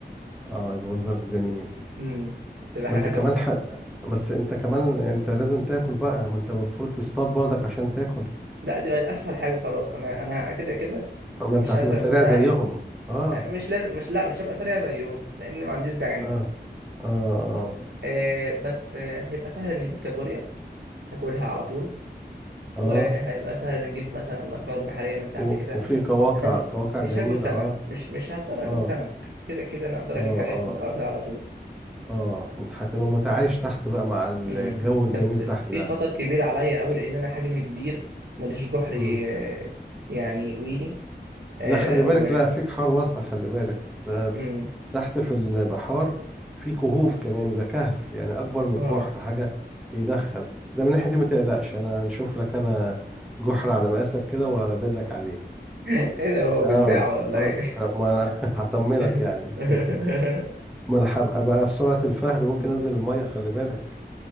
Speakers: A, in the centre; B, on the right.
A: اه يبقى منظر جميل
B: امم تبقى
A: ما
B: حاجة
A: انت
B: تحفة
A: كمان ح... بس انت كمان انت لازم تاكل بقى ما انت المفروض تصطاد برضك عشان تاكل
B: لا دي بقت اسهل حاجه خلاص انا انا كده كده
A: ما
B: مش
A: انت هتبقى
B: اسهل
A: سريع
B: من إن انا
A: زيهم اه
B: أج- مش لازم مش لا مش هبقى سريع زيهم لان ما عنديش زعانف
A: اه اه اه
B: آه بس آه هيبقى سهل ان نجيب كابوريا هاكلها على طول
A: اه
B: وهيبقى سهل ان نجيب مثلا مأكولات بحريه من تحت
A: و...
B: كده
A: وفي
B: مش ه...
A: قواقع
B: انا م-
A: قواقع
B: مش
A: جميلة
B: هاكل سمك
A: اه
B: مش مش هضطر اكل
A: اه
B: سمك كده كده انا اقدر
A: اه
B: اجيب حاجات
A: اه
B: من الارض على طول
A: اه انت هتبقى متعايش تحت بقى مع الجو
B: امم
A: الجميل
B: بس
A: تحت
B: في خطر كبير عليا قوي لان انا حجمي كبير ماليش جحري
A: ده
B: آه، يعني ويني آه
A: لا خلي بالك
B: و
A: لا في بحار واسع خلي بالك ده
B: امم
A: تحت في البحار في كهوف كمان يبقى كهف يعني اكبر من
B: اه
A: الجحر حاجه يدخل ده من الناحيه دي ما تقلقش انا نشوف لك انا جحر على مقاسك كده وادلك عليه
B: <laughs> ايه ده هو بيتباع
A: اه
B: ولا
A: اه
B: ايه
A: آه، ما انا <laughs> هطمنك
B: <laughs>
A: يعني <laughs> ما انا هبقى بقى في سرعه الفهد ممكن
B: مم.
A: انزل الميه خلي بالك